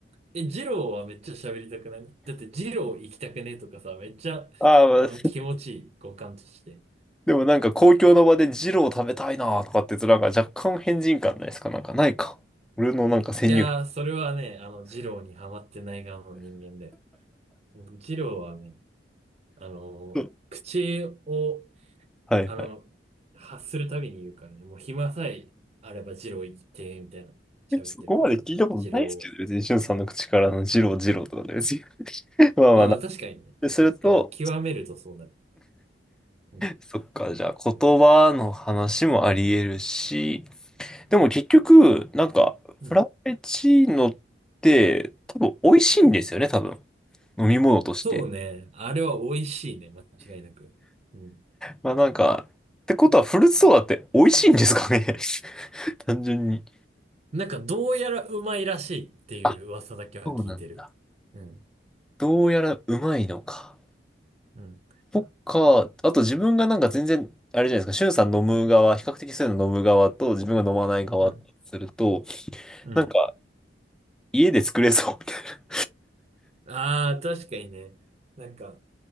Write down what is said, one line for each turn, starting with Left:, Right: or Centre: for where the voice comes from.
Right: え、ジローはめっちゃ喋りたくないだって、ジロー行きたくねとかさ、めっちゃ、
Centre: ああ、
Right: あの、気持ちいい、語感として。
Centre: でもなんか公共の場でジロー食べたいなとかって言うとなんか若干変人感ないですかなんかないか。俺のなんか先入観。
Right: いやー、それはね、あの、ジローにハマってない側の人間だよ。うんジローはね、あの、
Centre: <laughs>
Right: 口を、
Centre: はいはい。
Right: あの、発するたびに言うからね、もう暇さえあれば二郎行って、みたいな、喋ってるから、
Centre: えそこまで聞いたことないですけど、
Right: 二郎。
Centre: 別にしゅんさんの口からのジロージローとかで別に。<laughs> まあまあな。
Right: まあまあ確かにね、
Centre: ですると、
Right: そう、あの、極めるとそうなる。うん、
Centre: そっか、じゃあ言葉の話もあり得るし、でも結局、
Right: うん、
Centre: なんか、
Right: うん。
Centre: フラペチーノって多分美味しいんですよね、多分。飲み物として。
Right: そうね、あれは美味しいね、間違いなく。うん。
Centre: まあなんか、ってことはフルーツソーダって美味しいんですかね <laughs> <laughs> 単純に。
Right: なんかどうやらうまいらしいっていう噂だけは聞いてる。
Centre: あそうなんだ。
Right: うん、
Centre: どうやらうまいのか。
Right: うん、
Centre: そか。あと自分がなんか全然、あれじゃないですか、シュンさん飲む側、比較的そういうの飲む側と自分が飲まない側とすると、
Right: うん、うん。
Centre: なんか家で作れそうみたいな。
Right: ああ、確かにね。なんか、